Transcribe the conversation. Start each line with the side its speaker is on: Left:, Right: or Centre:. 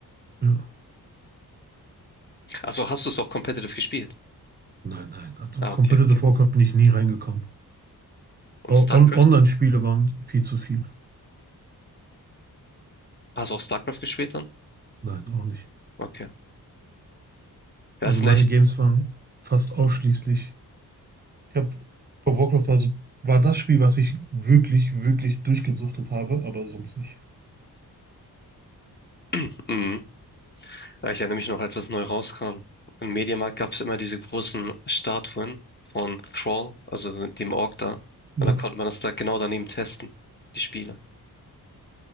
Right: Ja.
Left: Also hast du es auch competitive gespielt?
Right: Nein, nein. Also
Left: Ah,
Right: Competitive
Left: okay, okay.
Right: Warcraft bin ich nie reingekommen.
Left: Und
Right: O-
Left: StarCraft?
Right: On Online-Spiele waren viel zu viel.
Left: Hast du auch StarCraft gespielt dann?
Right: Nein, auch nicht.
Left: Okay. Ja,
Right: Also
Left: ist echt.
Right: meine Games waren fast ausschließlich. Ich habe bei Warcraft also war das Spiel, was ich wirklich, wirklich durchgesuchtet habe, aber sonst nicht.
Left: <clears throat> Mhm. Ja, Ich erinnere mich noch, als das neu rauskam. Im Mediamarkt gab es immer diese großen Statuen von Thrall, also dem Ork da.
Right: Ja.
Left: Und da konnte man das da genau daneben testen, die Spiele.